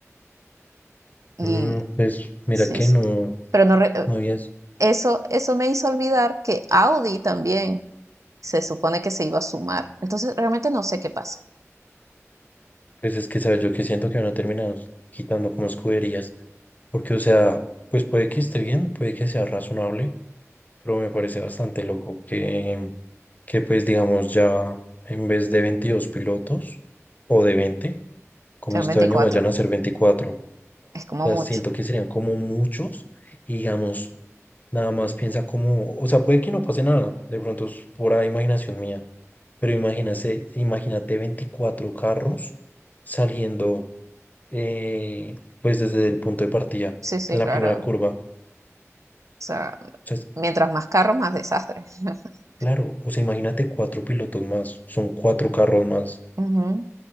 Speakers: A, on the right; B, on the left.
A: y
B: Mm, pues mira
A: sí,
B: que
A: sí,
B: no.
A: pero no, re- eh,
B: No había,
A: eso, eso me hizo olvidar que Audi también se supone que se iba a sumar, entonces realmente no sé qué pasa.
B: Pues es que, ¿sabes? Yo que siento que van a terminar quitando como escuderías. Porque, o sea, pues puede que esté bien, puede que sea razonable, pero me parece bastante loco que, que pues digamos ya en vez de 22 pilotos o de 20 como
A: Sean
B: este
A: 24,
B: año vayan a ser veinticuatro
A: es como
B: O sea,
A: mucho.
B: siento que serían como muchos y digamos, nada más piensa como, o sea, puede que no pase nada, de pronto es pura imaginación mía, pero imagínate, imagínate 24 carros saliendo eh, pues desde el punto de partida,
A: Sí, sí,
B: en la
A: claro.
B: primera curva. O
A: O sea,
B: sea, es-
A: mientras más carros, más desastre. <laughs>
B: claro, o sea, imagínate cuatro pilotos más, son cuatro carros más.
A: Ujú.